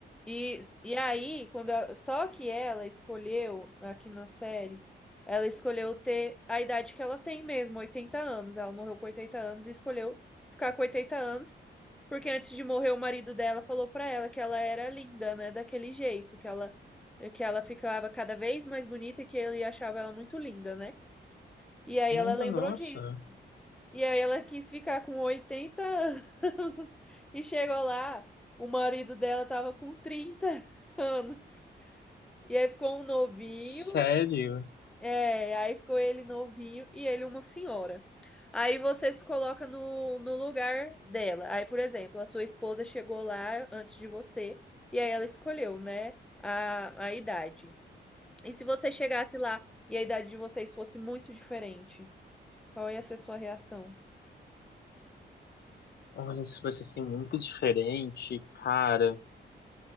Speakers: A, in the centre; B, on the left.
A: E, e aí, quando ela- só que ela escolheu, aqui na série, ela escolheu ter a idade que ela tem mesmo, 80 anos. Ela morreu com 80 anos e escolheu ficar com 80 anos, porque antes de morrer, o marido dela falou pra ela que ela era linda, né? Daquele jeito, que ela, que ela ficava cada vez mais bonita e que ele achava ela muito linda, né? E aí
B: Ah,
A: ela lembrou
B: nossa.
A: disso. E aí ela quis ficar com 80 anos <laughs> e chegou lá, o marido dela tava com 30 <laughs> anos. E aí ficou um novinho,
B: Sério?
A: e- é, aí ficou ele novinho e ele uma senhora. Aí você se coloca no, no lugar dela. Aí, por exemplo, a sua esposa chegou lá antes de você e aí ela escolheu, né, a, a idade. E se você chegasse lá e a idade de vocês fosse muito diferente, qual ia ser sua reação?
B: Olha, se fosse assim muito diferente, cara.